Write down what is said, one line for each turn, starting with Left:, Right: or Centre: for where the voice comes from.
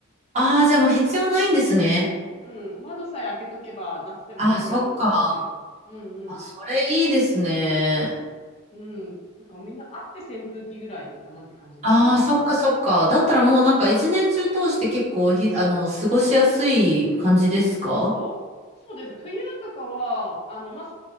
Right: ああ、じゃあもう必要ないんですね。
Left: うん。窓さえ開けとけば夏でも風が通るし。
Right: あ、そっか。
Left: うんうん。
Right: あ、それいいですね。
Left: うん。なんかみんなあって扇風機ぐらいかなって感じですね、
Right: ああ、
Left: 家に。
Right: そっかそっか。だったらもうなんか一年中通して結構ひ、あの、過ごしやすい感じですか
Left: そうそう。そうです。冬とかは、あの、まあ、日